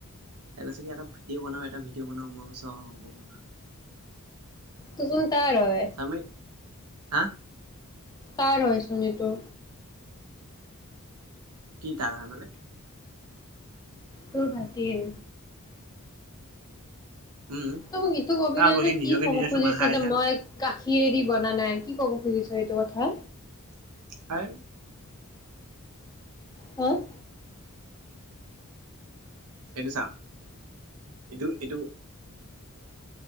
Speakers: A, on the right; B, on the left.
A: কাইলৈ চাগে এটা ভিডিঅ' বনাওয়ে এটা ভিডিঅ' বনাও মই গৈছো অ হ'ব
B: দৰকাৰ নাই তাৰ হয়
A: চামে হা
B: তাৰ হয়চোন এইটো
A: কি তাৰ হয় মানে
B: তোৰ ভাইটিৰ
A: উম
B: তই মোক ইটো কবি
A: চা
B: নে
A: আকৌ
B: যে
A: সি
B: কি
A: নিজকে
B: কব
A: নিজে
B: খুজিছ
A: চুমা খাই
B: যে
A: চা
B: মই কা খিয়েদি বনা নাই কি ক'ব খুজিছ এইটো কথা
A: হয়
B: ক
A: এইটো চা এইটো এইটো